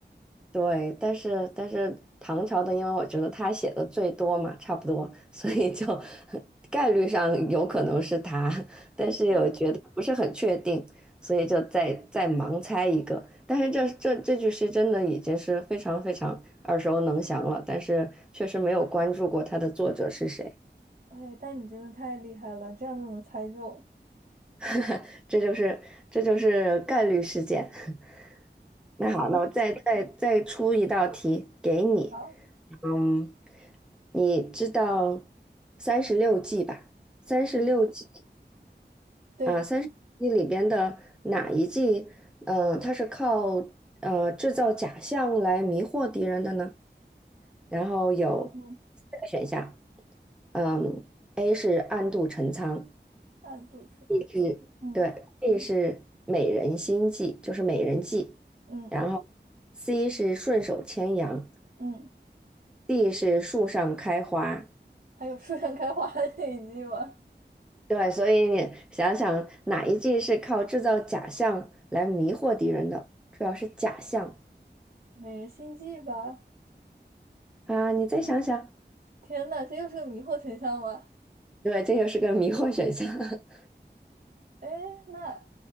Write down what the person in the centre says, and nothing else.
对，但是但是唐朝的，因为我觉得他写的最多嘛，差不多，<laughs> 所以就 <laughs> 概率上有可能是他，但是我觉得不是很确定，
所以就再再盲猜一个。但是这这这句诗真的已经是非常非常耳熟能详了，但是确实没有关注过它的作者是谁，
<laughs> 这就是这就是概率事件。<laughs> 那好，
那我再再再出一道题给你，
嗯，你知道三十六计吧？三十六计
啊，三十六计里边的哪一计？嗯、它是靠呃制造假象来迷惑敌人的呢？然后有四个选项，
嗯，A 是暗度陈仓
，B 是对，B
是美人心计，就是美人计，
然后 C 是顺手牵羊
，D 是树上开花。
对，所以你想想哪一季是靠制造假象来迷惑敌人的，主要是假象
啊，你再想想，
对，这又是个迷惑选项。<laughs>